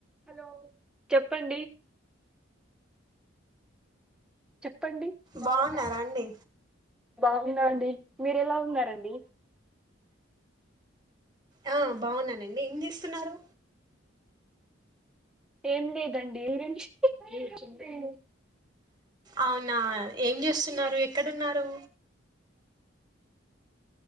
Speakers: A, in the centre; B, on the right.
A: హలో చెప్పండి చెప్పండి బాగు
B: బాగున్నారా
A: నారా
B: అండి
A: బాగున్నాండి మీర ఎలా ఉన్నారు రండి
B: ఆ బాగున్నానండి ఏం చేస్తున్నారు
A: ఏం లేదండి <unintelligible>
B: అవునా ఏం చేస్తున్నారు ఎక్కడున్నారు